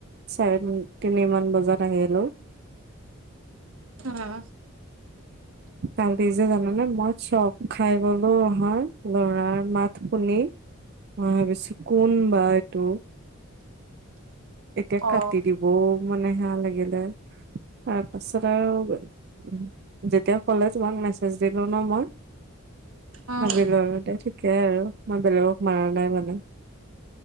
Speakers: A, on the right; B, on the right.
A: চাৰে তিনি মান বজাত আহিলো।
B: হা।
A: কালি যে জান নে মই চখ খাই গলোঁ। অহা লৰাৰ মাত শুনি মই বেছি কোন বা এইটো। এতিয়া
B: অ
A: কাটি দিবও মানে হেয়া লাগিলে। তাৰ পাছত আৰু। উ যেতিয়া কলে তোমাক মেছেজ দিলো ন মই।
B: উম
A: ভবিলো আৰু। তাকে আৰু। মই বেলেগক মাৰা নাই মানে।